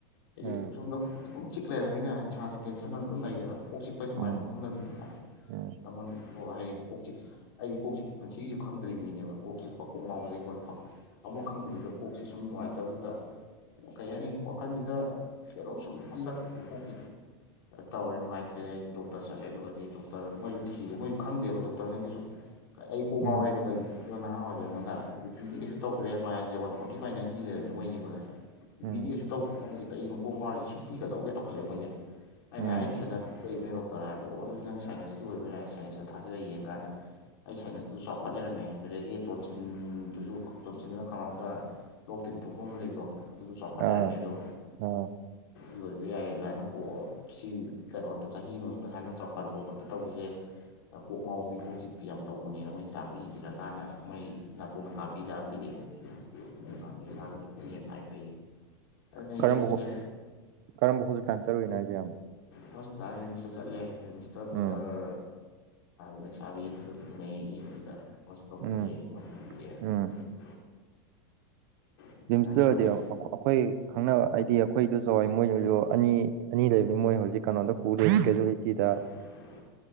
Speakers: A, on the left; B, on the right.
A: ꯍꯥꯏꯗꯤ
B: ꯎꯝ
A: ꯁꯣꯃꯗꯥ ꯁꯨꯝꯝ ꯆꯤꯛ ꯂꯩꯔꯕꯅꯤꯅ ꯏꯁꯥꯁꯦ ꯇꯦꯟꯁꯟ ꯑꯃ ꯑꯗꯨꯝ ꯂꯩꯔꯦꯕ ꯀꯣꯛꯆꯤꯛꯄꯥꯁꯦ ꯅꯨꯡꯉꯥꯏꯐꯝ
B: ꯎꯝ
A: ꯈꯪꯗꯕꯅꯤꯅ
B: ꯎꯝ
A: ꯅꯪꯉꯣꯟꯗꯤ <unintelligible> ꯀꯣꯛ ꯆꯤꯛꯄ ꯑꯩꯗꯤ ꯀꯣꯛ ꯆꯤ ꯄꯨꯟꯁꯤꯒꯤꯁꯨ ꯈꯪꯗ꯭ꯔꯤꯕ ꯃꯤꯅꯦꯕ ꯀꯣꯛ ꯆꯤꯛꯄ ꯀꫭꯛ ꯉꯥꯎꯕꯗ ꯑꯩꯉꯣꯟꯗ ꯐꯥꯎ ꯑꯃꯨꯛ ꯈꯪꯗ꯭ꯔꯤꯗ ꯀꫭꯛꯁꯦ ꯁꯨꯝ ꯅꯨꯡꯉꯥꯏꯇꯕꯗꯨꯗ ꯀꯩ ꯍꯥꯏꯅꯤ ꯋꯥꯈꯜꯁꯤꯗ ꯀꯩꯅꯣꯝ ꯁꯨꯝ ꯈꯪꯂꯥꯛꯄ ꯀꫭꯛꯀꯤ ꯇꯧꯔꯦ ꯅꯨꯡꯉꯥꯏꯇ꯭ꯔꯦ ꯑꯩꯁꯦ ꯗꯥꯛ ꯗꯣꯛꯇꯔ ꯆꯠꯂꯦ ꯑꯗꯨꯒꯗꯤ ꯗꯣꯛꯇꯔ ꯃꯣꯏꯁꯨ ꯊꯤꯔꯦ ꯃꯣꯏꯁꯨ ꯈꯪꯗꯦꯕ ꯗꯣꯛꯇꯔꯅꯩꯗꯨꯁꯨ ꯑꯩ ꯀꯣꯛ ꯉꯥꯎꯋꯦ
B: ꯎꯝ ꯎꯝ
A: ꯑꯗꯨ ꯀꯔꯤ ꯅꯍꯥ ꯑꯣꯏꯕ ꯑꯩꯉꯣꯟꯗ ꯕꯤ ꯄꯤ ꯗꯤ ꯀꯩꯁꯨ ꯇꯧꯗ꯭ꯔꯦ ꯃꫭꯏ ꯍꯥꯏꯁꯦ ꯋꯥꯟ ꯐꯣꯔꯇꯤ ꯕꯥꯏ ꯅꯥꯏꯟꯇꯤ ꯂꯩꯔꯕꯃꯦ ꯃꯣꯏ ꯌꯦꯡꯕꯗ
B: ꯎꯝ
A: ꯕꯤ ꯗꯤ ꯑ°ꯁ° ꯇꯧꯒ° ꯈꯟꯂꯤꯖꯦ ꯀꯩꯅꯣ ꯀꯣꯛ ꯉꯥꯎꯔꯤꯁꯤ ꯁꯤꯇꯤꯒ ꯂꯧꯒꯦ ꯇꯧꯈꯠꯂꯛꯑ° ꯃꯣꯏꯁꯦ ꯑꯩꯅ
B: ꯎꯝ
A: ꯍꯥꯏ ꯑꯩ ꯁꯥꯏꯅꯁ ꯂꯩꯕꯅꯦ ꯗꯣꯛꯇꯔ ꯍꯥꯏꯕꯗꯤ ꯑꯣ ꯑꯗꯨꯗꯤ ꯅꯪ ꯁꯥꯏꯟꯁꯀꯤ ꯑꯣꯏꯕ ꯌꯥꯏ ꯁꯥꯏꯟꯁꯇ ꯊꯥꯖꯤꯜꯂꯒ ꯌꯦꯡ ꯀꯥꯟꯗ ꯑꯩ ꯁꯥꯏꯟꯁꯇꯨꯁꯨ ꯆꯥꯎꯈꯠ ꯂꯩꯔꯝꯃꯦ ꯑꯗꯨꯗꯒꯤ ꯇꯣꯟꯁꯤꯟꯗꯨꯁꯨ ꯇꯣꯟꯁꯤꯟꯗꯨꯅ ꯈꯅꯥꯎꯗ ꯂꯣꯛ ꯇꯤꯟ ꯊꯣꯛꯐꯝ ꯂꯩꯕꯗꯣ ꯑꯗꯨꯁꯨ ꯆꯥꯎꯈꯠ ꯂꯩꯔꯝꯃꯦ
B: ꯑꯥ
A: ꯑꯗꯣ
B: ꯑꯥ
A: ꯁꯤ ꯑꫭꯏꯕ ꯌꯥꯏ ꯑꯗꯨꯃꯥꯏꯅ ꯀꯣ ꯁꯤ ꯀꯩꯅꯣꯝꯇ ꯆꯍꯤ ꯃꯅꯨꯡꯗ ꯍꯥꯟꯅ ꯆꯥꯎꯈꯠꯂꯛꯄ ꯈꯣꯠꯄ ꯇꯧꯕꯁꯦ ꯀꯣꯛ ꯉꯧꯕꯤ ꯀꯣꯛ ꯆꯤꯛ ꯄꯤ ꯌꯥꯝ ꯇꯧꯕꯅꯦ ꯃꯣꯏ ꯍꯤꯗꯥꯛ ꯒꯨꯂꯤ ꯏꯔꯛ ꯀꯥꯟꯗ ꯃꯣꯏ ꯅꯥꯇꯣꯟꯅꯗ ꯀꯥꯞꯄꯤ ꯌꯥꯝ ꯄꯤꯔꯛꯑꯦ ꯑꯗꯨ ꯀꯥꯟꯗ ꯏꯁꯥꯗꯣ ꯅꯦꯏ ꯇꯥꯏ ꯐꯩꯌꯦ ꯑꯗꯨꯅ
B: ꯀꯔꯝꯕ
A: ꯍꯦꯜꯠꯁꯦ
B: ꯍꫭ ꯀꯔꯝꯕ ꯍꯣꯁꯄꯤꯇꯥꯜ ꯆꯥꯠꯂꯨꯏꯅꫭ ꯍꯥꯏꯁꯦ ꯏꯌꯥꯝꯕ
A: ꯍꯣꯁꯄꯤꯇꯥꯜ ꯔꯤꯝꯁꯇ ꯆꯠꯂꯦ ꯔꯤꯝꯁꯇ ꯗꯣꯛꯇꯔ
B: ꯎꯝ
A: ꯂꯩꯁꯥꯥꯕꯤ ꯏ ꯑꯦꯟ ꯇꯤ ꯇꯥꯏ ꯃꯁꯥꯛꯀ ꯐꯖꯩꯌꯦ
B: ꯎꯝ
A: <unintelligible>
B: ꯎꯝ
A: ꯑꯗꯨꯃꯥꯏꯅ
B: ꯔꯤꯝꯁꯗ ꯇꯧꯔꯗꯤ
A: ꯇꯧꯔꯤ
B: ꯑꯩꯈꯣꯏ ꯈꯪꯅꯕ ꯍꯥꯏꯗꯤ ꯑꯩꯈꯣꯏ ꯏꯤꯗꫭꯝꯆꯥ ꯍꫭꯏ ꯃꯣꯏꯁꯨ ꯑꯅꯤ ꯑꯅꯤ ꯂꯩꯕꯅꯤ ꯃꯣꯏ ꯍꯧꯖꯤꯛ ꯀꯩꯅꯣꯗ ꯄꯨ ꯂꯩ ꯀꯦꯖꯨꯋꯂꯤꯇꯤꯗ
A: <inaudible>